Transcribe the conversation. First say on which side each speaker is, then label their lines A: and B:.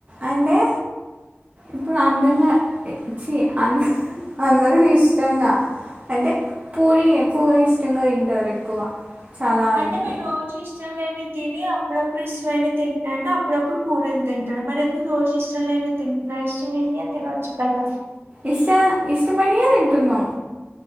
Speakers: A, on the right; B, on the right.
A: అంటే ఇప్పుడు అందంగా చి అంద అందరికి ఇష్టంగా అంటే పూరి ఎక్కువగా ఇష్టంగా తింటారు ఎక్కువ చాలా మంది
B: అంటే మీరు రోజు ఇష్ ష్టాలన్నీ తిని అప్పుడప్పుడు ఇష్టమైనవి తింటాంటే అప్పుడప్పుడు పూరీలు తింటాడు మరి ఎందుకు రోజు ఇష్టాలైన తింటున్నాయి ఇష్టమైనవే తినేయొచ్చు కదా
A: ఇష్ట ఇష్టమైనవే తింటున్నాం